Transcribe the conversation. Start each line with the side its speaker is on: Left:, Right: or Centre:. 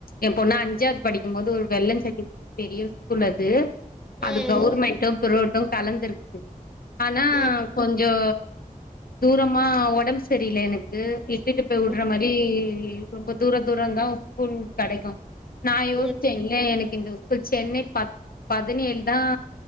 Left: என் பொண்ணா அஞ்சாவது படிக்கும்போது ஒரு வெள்ளம் செட்டி பெரிய ஸ்கூல் அது
Centre: ம்
Left: அது கவுவர்மெண்ட்டும் பிரோவோட்டும் கலந்துருக்கு ஆனா
Centre: ம்
Left: கொஞ்சோ தூரமா ஒடம்பு சரியல எனக்கு இ ட்டுட்டு போய் வுடுற
Centre: ம்
Left: மாரி ரொம்ப தூர தூரந்தான் ஸ்கூல் கெடைக்கும் நா யோசிச்சே
Centre: ம்
Left: இல்ல எனக்கு இந்த ஸ்கூல் சென்னை ப பதினேழு தா